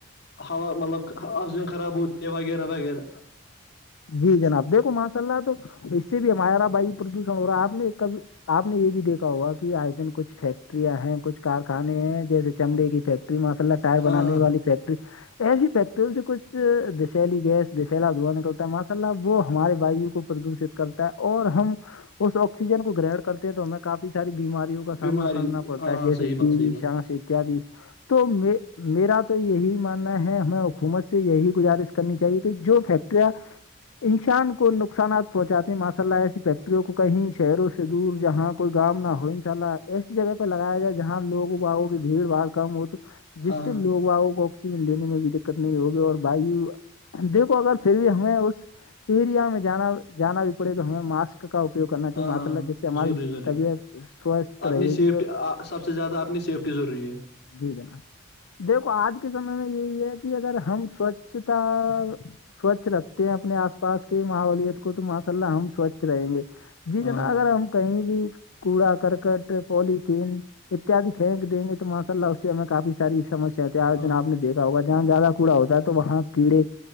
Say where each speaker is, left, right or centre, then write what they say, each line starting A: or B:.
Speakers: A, on the left; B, on the left.
A: ہوا مطلب افظن خراب ہوتی ہیں وغیرہ وغیرہ
B: جی جناب دیکھو ماشاء اللہ تو اس سے بھی ہمارا وایو پردوشن ہو رہا ہے آپ نے کب آپ نے یہ بھی دیکھا ہوگا کہ آج دن کچھ فیکٹریاں ہیں کچھ کارخانے ہیں جیسے چمڑے کی فیکٹری میں لہ ٹائر
A: ہاں
B: بنان
A: ہاں
B: والی فیکٹری ایسی فیکٹریوں سے کچھ دسیلی گسسلا ادوان کا ماشاء اللہ وہ ہمارے وایو کو پردوشت کرتا ہے اور ہم اس آکسیجن کو گرہر کرتے ہیں تو ہمیں کافی ساری بیماریوں کا سامنا
A: بیماری
B: کرنا پڑتا
A: ہاں
B: ہے
A: ہاں
B: جیسے
A: صحیح بات
B: ٹی
A: صحیح
B: وی
A: بات
B: سانس اتیاد تو میں میرا تو یہی ماننا ہے ہمیں حکومت سے یہی گزارش کرنی چاہیے کہ جو فیکٹریاں انسان کو نقصانات پہنچاتے ہیں ماشاء اللہ ایسی فیکٹریوں کو کہیں شہروں سے دور جہاں کوئی گام نہ ہو نہیں چا ایسی جگہ پہ لگایا جائے جہاں لوگوں باگوں کی بھیڑ باڑ کم ہو تو جس
A: ہاں
B: سے
A: ہاں
B: لوگ آؤ کو آکسیجن لینے میں بھی دقت نہیں ہوگی اور وایو دیکھو اگر پھر بھی ہم اس ایریا میں جا جانا بھی پڑے تو ہمیں ماسک کا اپیوگ کرنا چاہیے
A: ہاں
B: ماشاء
A: ہاں
B: اللہ جس سے ہماری
A: ضروری ضروری
B: طبیعت سوستھ
A: اپنی
B: رہے
A: سیفٹی
B: گی اور
A: سب سے زیادہ اپنی سیفٹی ضروری ہے
B: جی جناب <inaudible> <unintelligible> دیکھو آج کے سمے میں یہی ہے کہ اگر ہم سوچھتا سوچھ رکھ ہیں اپنے آس پاس کے ماحولت کو تو ماشاء اللہ ہم سوچھ رہیں گے جی
A: ہاں
B: جنا اگر ہم کہیں بھی کوڑا کرکٹ پولیتھیین اتیاد پھینک دیں گے تو ماشاء اللہ اس سے ہمیں کافی ساری سسیا ہوتی آج
A: ہاں
B: دن آپ
A: ہاں
B: نے دیکھا ہوگ جہاں زیادہ کوڑا ہوتا ہے تو وہاں کیڑے